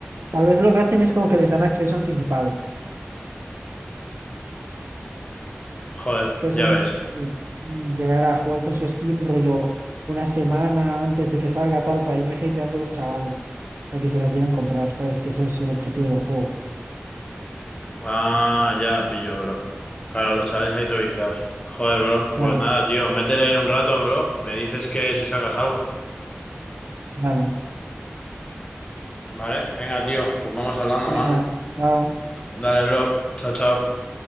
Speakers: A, on the right; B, on the left.
A: Tal vez lo que hacen es como que les dan acceso anticipado.
B: Joder,
A: Entonces
B: ya
A: así
B: ves.
A: es que pueden llegar a jugar con su skin rollo una semana antes de que salga tal para ir hypeando a los chavales para que se la quieran comprar, ¿sabes? Que eso es el objetivo del juego.
B: Ah, ya pillo, bro. Claro, los chavales ahí todo viciados. Joder, bro.
A: Claro,
B: Pues nada, tío, métele ahí un rato, bro. Me dices que si sacas algo.
A: vale.
B: Vale, venga, tío, pues vamos hablando,
A: Venga,
B: man.
A: chao.
B: Dale, bro. Chao, chao.